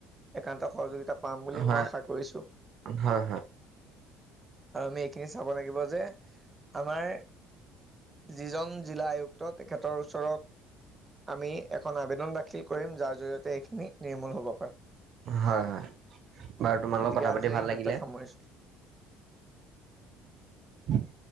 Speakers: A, on the right; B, on the right.
A: একান্ত সহযোগিতা পাম বুলি
B: হয়
A: মই আশা কৰিছো।
B: হয়
A: আৰু আমি এইখিনি চাব লাগিব যে আমাৰ, যিজন জিলা আয়ুক্ত তেখেতৰ ওচৰত। আমি এখন আবেদন দাখিল কৰিম যাৰ জৰিয়তে এইখিনি নিৰ্মূল হব পাৰে।
B: হয় হয়, বাৰু তোমাৰ
A: গতিকে
B: লগত কথা
A: আজিলৈ
B: পাতি ভাল
A: ইমানতে
B: লাগিলে।
A: সামৰিছোঁ
B: <unintelligible>